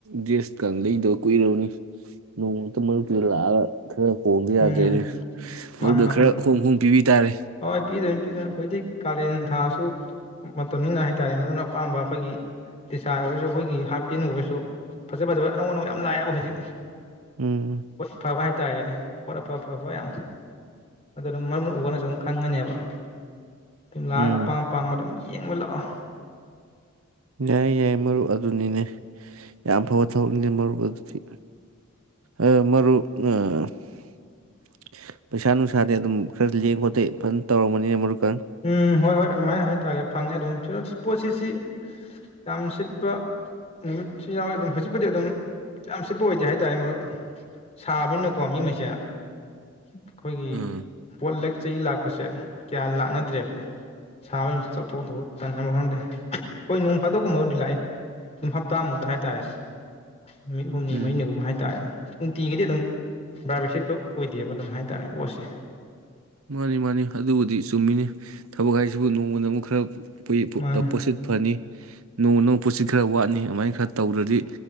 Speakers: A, on the right; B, on the left.
A: ꯗ꯭ꯔꯦꯁꯀ ꯂꯩꯗꯕ ꯀꯨꯏꯔꯕꯅꯤ ꯅꯣꯡꯃꯨꯛꯇ ꯃꯔꯨꯞꯛꯇꯨꯗ ꯂꯥꯛꯑꯒ ꯈꯔ ꯍꯣꯡꯕ
B: ꯎꯝ
A: ꯌꯥꯗꯦꯅꯦ
B: ꯃꯥꯅꯤ
A: ꯃꯔꯨꯞꯛꯇ
B: ꯃꯥꯅꯤ
A: ꯈꯔ ꯍꯣꯡ ꯍꯣꯡ ꯄꯤꯕꯤ ꯇꯥꯔꯦ
B: ꯍꯣꯏ ꯄꯤꯗꯅꯤ ꯍꯥꯄꯤꯗ ꯍꯧꯖꯤꯛ ꯀꯥꯂꯦꯟ ꯊꯥꯁꯨ ꯃꯇꯝꯅꯤꯅ ꯍꯥꯏꯇꯥꯥꯔꯦ ꯃꯔꯨ ꯑꯣꯏꯅ ꯑꯄꯥꯝꯕ ꯑꯩꯈꯣꯏꯒꯤ ꯇꯤꯁꯥꯔ ꯑꯣꯏꯔꯁꯨ ꯑꯩꯈꯣꯏꯒꯤ ꯍꯥꯞꯄꯤꯟ ꯑꯣꯏꯔꯁꯨ ꯐꯖ ꯐꯖꯕ ꯑꯅꯧ ꯑꯅꯧꯕ ꯌꯥꯝ ꯂꯥꯛꯑꯦꯕ ꯍꯧꯖꯤꯛ
A: ꯎꯝ
B: ꯐꯕ ꯍꯥꯏ ꯍꯥꯏ ꯇꯔꯦꯅꯦ ꯄꯣꯠ ꯑꯐ ꯑꯐꯕ ꯌꯥꯝ ꯑꯗꯨꯅ ꯃꯔꯨꯞ ꯎꯕꯅ ꯁꯨꯝ ꯈꯪꯉꯅꯦꯕ ꯂꯥꯛ
A: ꯎꯝ
B: ꯑꯄꯥꯝ ꯄꯄꯥꯝꯕ ꯌꯦꯡꯕ ꯂꯥꯛꯑꯣ
A: ꯌꯥꯏ ꯌꯥꯏ ꯃꯔꯨꯞ ꯑꯗꯨꯅꯤꯅꯦ ꯌꯥꯝ ꯐꯕ ꯊꯕꯛꯅꯤꯅꯦ ꯃꯔꯨꯞ ꯑꯗꯨꯗꯤ ꯑ ꯃꯔꯨꯞ <unintelligible> ꯄꯩꯁꯥ ꯅꯨꯡꯁꯥꯗꯤ ꯑꯗꯨꯝ ꯈꯔꯗꯤ ꯌꯦꯡꯕꯗꯤ ꯐꯟ ꯇꯧꯔꯝꯃꯅꯤꯅ ꯃꯔꯨꯛ
B: ꯎꯝ ꯍꯣꯏ ꯍꯣꯏ ꯑꯗꯨꯃꯥꯏꯅ ꯍꯥꯏꯇꯥꯔꯦ ꯐꯪꯉꯦ ꯑꯗꯨꯝ ꯄꯣꯠꯁꯤ ꯁꯤ ꯌꯥꯝ ꯁꯤꯠꯄ ꯅꯨꯃꯤꯠꯁꯨ ꯌꯥꯏ ꯑꯗꯨꯝ ꯍꯧꯖꯤꯛꯄꯨꯗꯤ ꯑꯗꯨꯝ ꯌꯥꯝ ꯁꯤꯠꯄ ꯑꯣꯏꯗꯦ ꯍꯥꯏꯇꯥꯔꯦ ꯃꯔꯨꯞ ꯁꯥꯕꯅꯤꯅꯀꯣ ꯃꯤꯉꯩꯁꯦ ꯑꯩꯈꯣꯏꯒꯤ
A: ꯎꯝ
B: ꯄꯣꯠꯂꯦꯛ ꯆꯩ ꯂꯥꯛꯄꯁꯦ ꯀꯌꯥ ꯂꯥꯛꯅ ꯅꯠꯇ꯭ꯔꯦꯕ ꯁꯥꯕ ꯆꯊꯣꯛ ꯇꯕ ꯈꯪꯗꯦ ꯍꯣꯏ ꯅꯣꯡ ꯐꯥꯗꯣꯛꯀꯨꯝꯕꯕꯨꯗꯤ ꯂꯥꯛꯏ ꯑꯗꯨꯝ ꯍꯞꯇꯥꯃꯨꯛꯇ ꯍꯥꯏꯇꯥꯔꯦ ꯅꯨꯃꯤꯠ ꯍꯨꯝꯅꯤ
A: ꯎꯝ
B: ꯃꯔꯤꯅꯤꯒꯨꯝꯕ ꯍꯥꯏꯇꯥꯔꯦ ꯅꯨꯡꯇꯤꯒꯤꯗꯤ ꯑꯗꯨꯝ ꯕꯥꯕꯦꯠꯁꯤꯠ ꯄ ꯑꯣꯏꯗꯦꯕ ꯅꯝꯍꯥꯏ ꯍꯥꯏꯇꯥꯔꯦ ꯄꯣꯠꯁꯦ
A: ꯃꯥꯅꯤ ꯃꯥꯅꯤ ꯑꯗꯨꯕꯨꯗꯤ ꯆꯨꯝꯃꯤꯅꯤ ꯊꯕꯛ ꯍꯥꯏꯁꯤꯕꯨ ꯅꯣꯡꯃꯗ ꯑꯃꯨꯛ ꯈꯔ
B: ꯃꯥꯅꯤ
A: ꯄꯣꯠꯁꯤꯠ ꯐꯅꯤ ꯅꯣꯡꯃ ꯅꯣꯡ ꯄꯨꯠꯁꯤ ꯈꯔ ꯋꯥꯠꯅꯤ ꯑꯗꯨꯃꯥꯏꯅ ꯈꯔ ꯇꯧꯗ꯭ꯔꯗꯤ